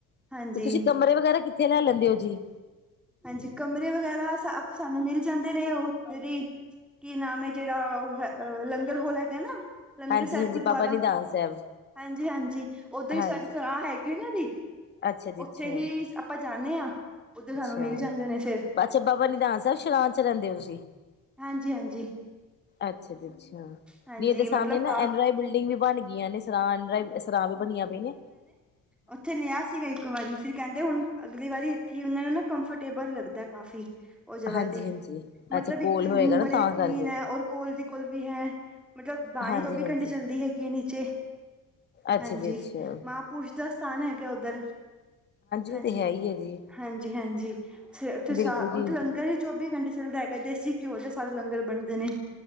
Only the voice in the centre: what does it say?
ਹਾਂਜੀ।
ਹਾਂਜੀ, ਕਮਰੇ ਵਗੈਰਾ ਸਾਨੂੰ ਮਿਲ ਜਾਂਦੇ ਨੇ ਉੱਧਰ ਹੀ ਕੀ ਨਾਮ ਹੈ ਜਿਹੜਾ, ਉਹ ਹੈ ਲੰਗਰ ਹੋਲ ਹੈਗਾ ਨਾ ਲੰਗਰ
ਸਾਹਿਬ
ਗੁਰਦੁਆਰਾ,
ਹਾਂਜੀ-ਹਾਂਜੀ ਉਧਰ ਹੀ
ਸਾਡੀ ਸਰਾਹ ਹੈਗੀ ਆ ਜੀ।
ਉੱਥੇ
ਹੀ ਆਪਾਂ ਜਾਂਦੇ ਹਾਂ, ਉੱਧਰ ਸਾਨੂੰ
ਮਿਲ ਜਾਂਦੇ ਨੇ ਫਿਰ
ਹਾਂਜੀ, ਹਾਂਜੀ।
ਹਾਂਜੀ
ਮਤਲਬ
ਕਾ
ਓਥੇ ਲਿਆ ਸੀਗਾ ਇੱਕ ਵਾਰੀ। ਫਿਰ ਕੈੰਦੇ ਹੁਣ ਅਗਲੀ ਵਾਰੀ ਇੱਥੇ ਹੀ ਉਹਨਾਂ ਨੂੰ ਨਾ ਕੰਫਰਟੇਬਲ ਲੱਗਦੈ ਕਾਫ਼ੀ। ਓਹ ਜਗ੍ਹਾ
ਤੇ,
ਮਤਲਬ
ਇੱਕ ਤੇ ਰੂਮ
ਬੜੇ
ਕਲੀਨ
ਐ, ਔਰ ਕੋਲ ਦੀ ਕੋਲ ਵੀ ਹੈ। ਮਤਲਬ ਬਾਣੀ
ਚੌਵੀ
ਘੰਟੇ ਚੱਲਦੀ ਹੈਗੀ ਹੈ ਨੀਚੇ।
ਹਾਂਜੀ,
ਮਾਂਪੁਰਸ਼ ਦਾ ਸਥਾਨ ਹੈਗਾ ਓਧਰ। ਹਾਂਜੀ,
ਹਾਂਜੀ -ਹਾਂਜੀ ਫੇ ਉੱਥੇ
ਸਾ
ਉੱਥੇ ਲੰਗਰ ਚੌਬੀ ਘੰਟੇ ਚੱਲਦਾ ਹੈਗਾ, ਦੇਸੀ ਘਿਓ ਦੇ ਸਾਰੇ ਲੰਗਰ ਬਣਦੇ ਨੇ।